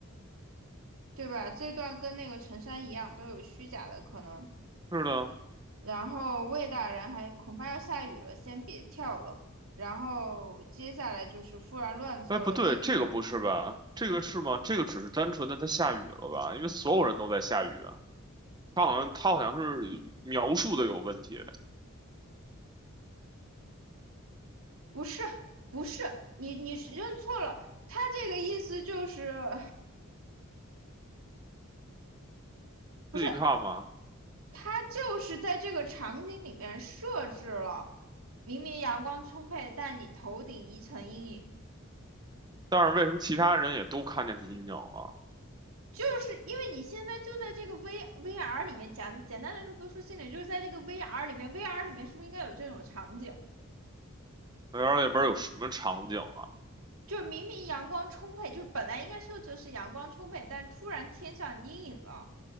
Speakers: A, on the right; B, on the right.
A: 对吧？这段跟那个陈山一样，都有虚假的可能。
B: 是的。
A: 然后魏大人还恐怕要下雨了，先别跳了。然后接下来就是忽然乱作了一团，
B: 哎，不对，这个不是吧？这个是吗？这个只是单纯的它下雨了吧？因为所有人都在下雨。他好像他好像是描述的有问题，
A: 不是不是，你你是认错了，他这个意思就是不是
B: 自己看吧。
A: 他就是在这个场景里面设置了，明明阳光充沛，但你头顶一层阴影，
B: 但是为什么其他人也都看见是阴影了？
A: 就是因为你现在就在这个 V VR 里面，简简单来说，不说心理，就是在这个 VR 里面，VR 里面是不是应该有这种场景？
B: 那边那边有什么场景啊？
A: 就明明阳光充沛，就本来应该设置是阳光充沛，但突然天上阴影了，